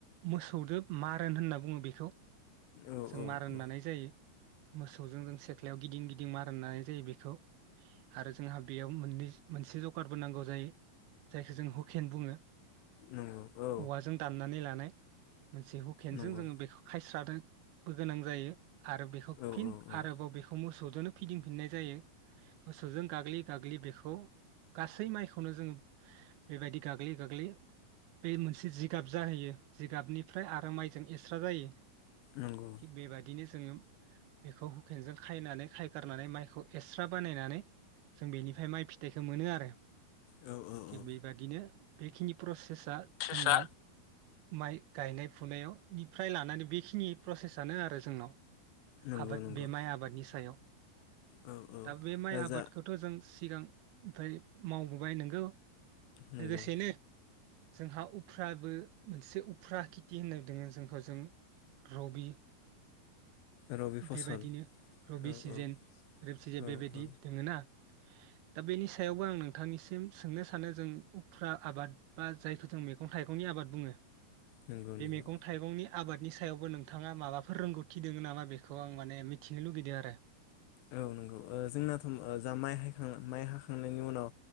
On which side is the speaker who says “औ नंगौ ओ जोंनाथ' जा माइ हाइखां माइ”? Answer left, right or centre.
Left